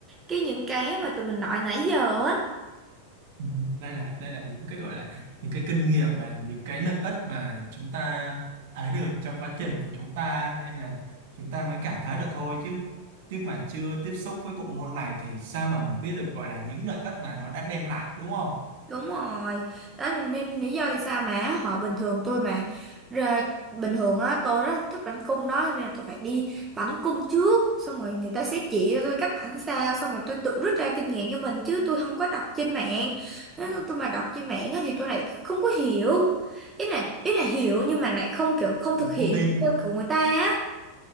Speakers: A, on the right; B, on the right.
A: cái những cái mà tụi mình nói nãy giờ á
B: Ừ, đây là đây là những cái gọi là những cái kinh nghiệm và những cái lợi ích mà chúng ta thấy được trong quá trình của chúng ta nên là chúng ta mới cảm thấy được thôi chứ chứ mà chưa tiếp xúc với bộ môn này thì sao mà mình biết được gọi là những lợi ích mà nó đã đem lại đúng không
A: Đúng rồi, đó là nên lý do tại sao mà họ bình thường tôi mà ra bình thường á tôi rất thích bánh cung đó cho nên là tôi phải đi bánh cung trước xong rồi người ta sẽ chỉ cho tôi cách bánh sao xong rồi tôi tự rút ra kinh nghiệm cho mình chứ tôi không có đọc trên mạng Nói chung tôi mà đọc trên mạng á thì tôi lại không có hiểu ý là ý là hiểu nhưng mà lại không kiểu không thực hiện
B: không tin
A: được theo của người ta á